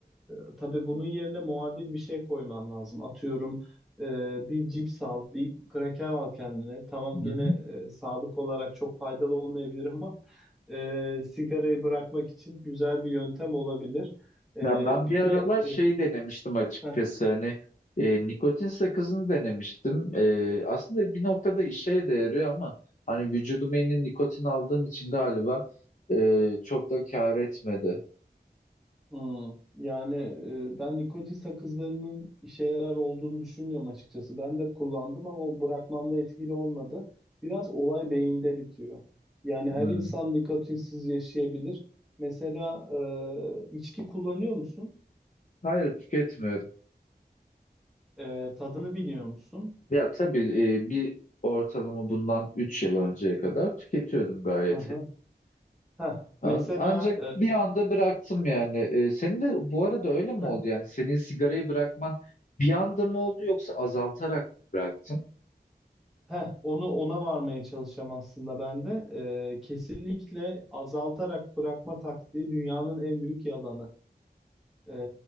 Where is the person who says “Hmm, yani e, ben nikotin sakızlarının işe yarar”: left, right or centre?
Centre